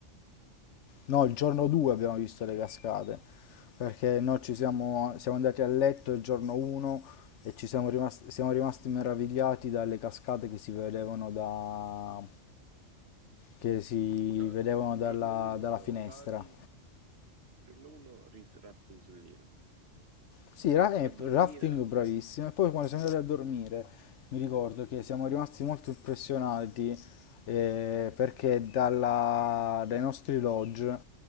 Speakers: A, on the left; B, on the right.
A: No, il giorno 2 abbiamo visto le cascate, perché
B: sì.
A: noi ci siamo, siamo andati a letto il giorno 1 e ci siamo rimasti, siamo rimasti meravigliati dalle cascate che si vedevano, da, che si
B: no,
A: vedevano
B: gi-
A: dalla,
B: giorno 1
A: dalla
B: siamo
A: finestra.
B: arrivati, giorno 1 rafting sul Nilo.
A: Sì, ra- eh,
B: A dormire,
A: rafting bravissimo. E poi quando siamo andati a dormire, mi ricordo
B: esatto,
A: che siamo rimasti molto impressionati eh, perché dalla- dai nostri lodge